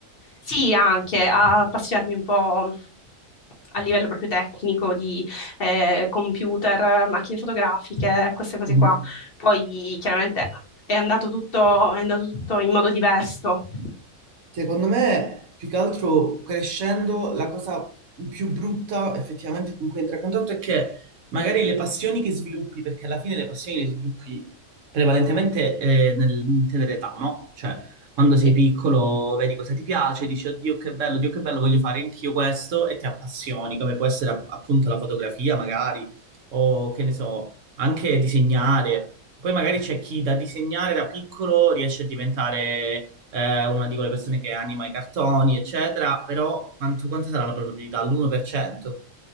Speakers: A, on the left; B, on the right.
A: sì, anche a appassionarmi un po' a livello proprio tecnico di eh, computer, macchine fotografiche, queste cose
B: Mhm.
A: qua. Poi chiaramente è andato tutto, è andato tutto in modo diverso.
B: Secondo me, più che altro crescendo, la cosa più brutta effettivamente con cui entra a contatto è che magari le passioni che sviluppi, perché alla fine le passioni le sviluppi prevalentemente eh, nel in tenera età, no? Cioè, quando sei
A: Sì,
B: piccolo vedi cosa ti piace, dici, oddio che bello, Dio che bello, voglio fare anch'io questo e ti appassioni, come può essere app- appunto la fotografia magari, o che ne so, anche disegnare. Poi magari c'è chi da disegnare da piccolo riesce a diventare eh, una di quelle persone che anima i cartoni, eccetera, però quanto, quanta sarà la probabilità? L'1%?